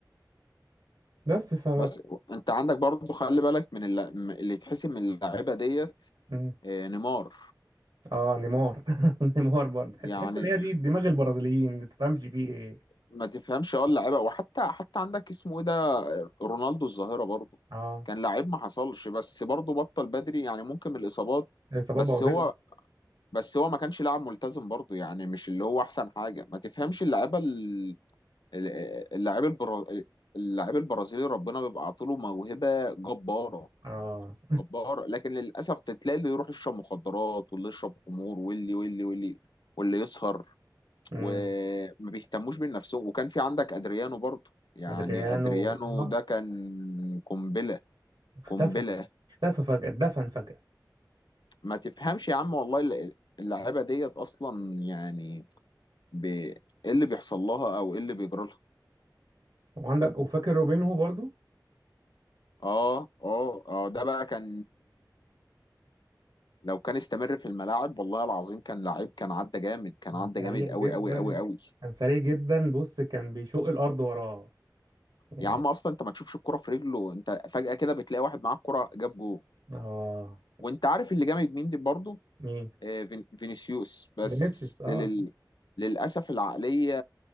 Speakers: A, on the right (about 75°); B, on the left (about 75°).
A: بس ف
B: بس انت عندك برضو خلي بالك من الل- اللي يتحسب من اللعيبه ديت
A: مم.
B: آه، نيمار
A: اه نيمار <laughs> نيمار برضه
B: يعني
A: تحس ان هي دي دماغ البرازيليين ما تفهمش فيه ايه
B: ما تفهمش اه اللعيبه وحتى حتى عندك اسمه ايه ده رونالدو الظاهره برضو
A: اه
B: كان لعيب ما حصلش بس برضو بطل بدري يعني ممكن من الاصابات
A: الاصابات
B: بس
A: بوظته
B: هو بس هو ما كانش لاعب ملتزم برضو يعني مش اللي هو احسن حاجه ما تفهمش اللعيبه ال- ال- اللعيب البرا... اللعيب البرازيلي ربنا بيبقى عاطيله موهبه جباره
A: اه
B: جبار لكن للاسف تلاقي اللي يروح يشرب مخدرات واللي يشرب خمور واللي واللي واللي واللي يسهر
A: امم
B: وما بيهتموش بنفسهم وكان في عندك ادريانو برضه يعني
A: ادريانو
B: ادريانو
A: آه.
B: ده كان قنبله
A: اختفى
B: قنبله
A: اختفى فجأة اتدفن فجأة
B: ما تفهمش يا عم والله الل- اللعيبه ديت اصلا يعني ب... ايه اللي بيحصل لها او ايه اللي بيجرى لها
A: وعندك وفاكر روبينهو برضو
B: اه اه اه ده بقى كان لو كان استمر في الملاعب والله العظيم كان لعيب كان عدى جامد كان
A: كان
B: عدى
A: سريع
B: جامد
A: جدا
B: قوي قوي قوي قوي
A: كان سريع جدا بص كان بيشق الأرض وراه يعني
B: يا عم اصلا انت ما تشوفش الكرة في رجله انت فجأة كده بتلاقي واحد معاه الكرة جاب جول
A: اه
B: وانت عارف اللي جامد مين دي برضه
A: مين
B: آه، فين- فينيسيوس بس
A: فينيسيوس اه
B: لل... للأسف العقلية